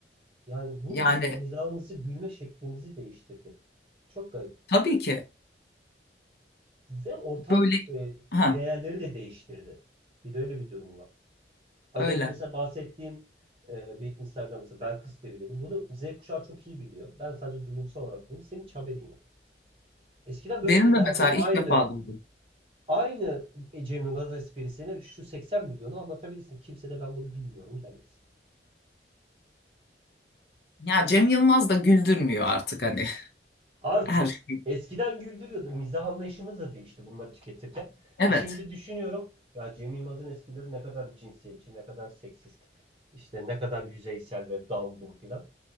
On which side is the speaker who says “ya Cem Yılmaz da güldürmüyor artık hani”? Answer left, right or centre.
Left